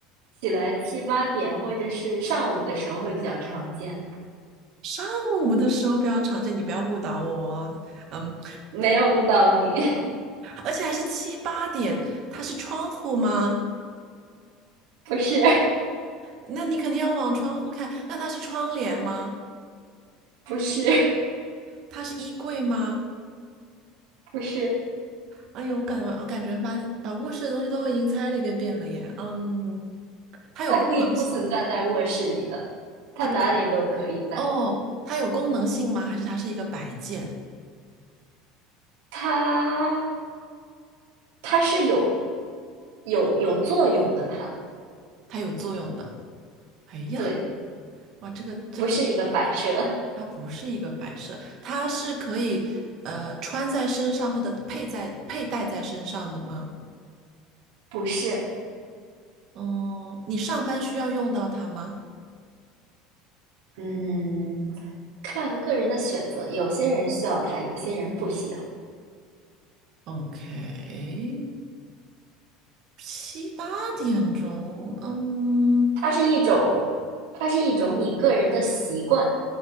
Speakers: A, on the right; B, on the right.
A: 起来七八点或者是上午的时候会比较常见。
B: 上午的时候比较常见，你不要误导我哦嗯，
A: 没有误导你，
B: 而且还是七八点，它是窗户吗？
A: <laughs> 不是，
B: 那你肯定要往窗户看。那它是窗帘吗？
A: 不是，
B: 它是衣柜吗？
A: 不是，
B: 哎呦，我感我感觉把把卧室的东西都已经猜了一个遍了耶。嗯，它有功能性，
A: 它可以不存在在卧室里的，它哪里都可以在，
B: 它不可，哦，它有功能性吗？还是它是一个摆件？
A: 它它是有有有作用的，它
B: 它有作用的。哎呀，
A: 对。
B: 哇，这个这个
A: 不是一个摆设，
B: 它不是一个摆设，它是可以呃穿在身上或者佩在佩戴在身上的吗？
A: 不是，
B: 嗯，你上班需要用到它吗
A: 嗯，看个人的选择，有些人需要它，有些人不需要。
B: ？OK，七八点钟，嗯，
A: 它是一种，它是一种你个人的习惯，